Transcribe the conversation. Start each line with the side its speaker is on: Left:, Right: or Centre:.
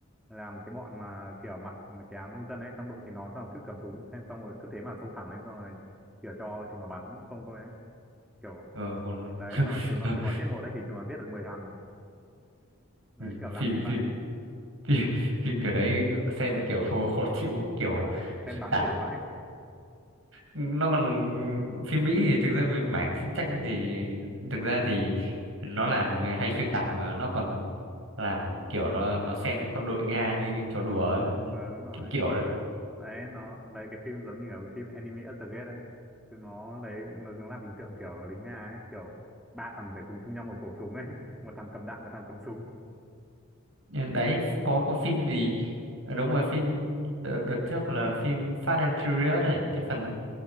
Centre: là một cái bọn mà kiểu mặc mấy cái áo nông dân ấy xong đội cái nón xong rồi cứ cầm súng xong xong rồi cứ thế mà xông thẳng lên xong rồi kiểu cho chúng nó bắn không thôi ấy kiểu
Right: ờ còn
Centre: ờ, đấy
Right: <laughs>
Centre: xong rồi chúng nó chúng nó chết một đấy thì chúng nó giết được 10 thằng đấy
Right: ừ,
Centre: kiểu
Right: phim
Centre: làm bì vãi
Right: phim phim phim kiểu đấy xem kiểu <laughs> khó chịu kiểu
Centre: Ờ,
Right: xuyên
Centre: xem báng
Right: tạc
Centre: bổ vãi
Right: nó còn phim Mỹ thì thực ra về mảng chiến tranh thì thực ra thì nó làm hay xuyên tạc mà nó còn làm kiểu nó nó xem con đội Nga như trò đùa ấy.
Centre: ờ đúng rồi
Right: kiểu kiểu đó
Centre: đấy nó đấy cái phim giống như kiểu phim Enemy at the Gate đấy chứ nó lấy mà nó làm hình tượng kiểu lính Nga ấy kiểu ba thằng phải cùng chung nhau một khẩu súng ấy <laughs> một thằng cầm đạn một thằng cầm súng
Right: Ờ, đấy có có phim gì Ờ, đúng rồi phim đợt, đợt trước là phim Fast and Furious này cái phần